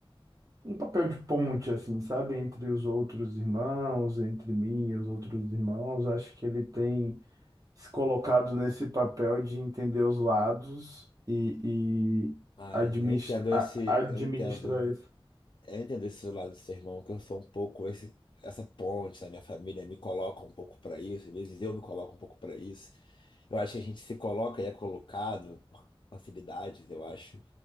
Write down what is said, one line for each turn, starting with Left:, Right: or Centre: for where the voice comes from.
Right: um papel de ponte, assim, sabe? Entre os outros irmãos, entre mim e os outros irmãos. Acho que ele tem se colocado nesse papel de entender os lados e, e
Left: Ai,
Right: administra,
Left: eu entendo esse,
Right: a- administrar
Left: eu entendo,
Right: isso.
Left: eu entendo esse lado do seu irmão, que eu sou um pouco esse, essa ponte na minha família, me coloca um pouco pra isso, às vezes eu me coloco um pouco pra isso. Eu acho que a gente se coloca e é colocado por facilidades, eu acho.